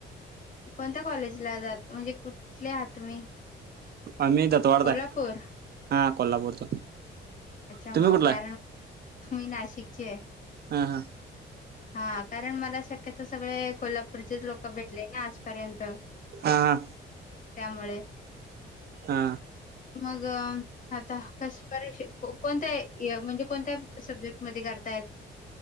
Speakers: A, on the left (about 40°); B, on the right (about 55°).
A: कोणत्या कॉलेजला जात, म्हणजे कुठले आहात तुम्ही?
B: आम्ही दतवाढयात
A: कोल्हापूर
B: हाय हा कोल्हापूरचा.
A: अच्छा
B: तुम्ही
A: म
B: कुठला
A: कारण
B: आहे
A: मी नाशिकची ये.
B: हा हा
A: हा कारण मला शक्यतो सगळे कोल्हापूरचेच लोक भेटले ना आजपर्यंत
B: हा हा
A: त्यामुळे
B: हा
A: मगं आता कश <unintelligible> कोणत्या ए म्हणजे कोणत्या सब्जेक्ट मध्ये करतायत?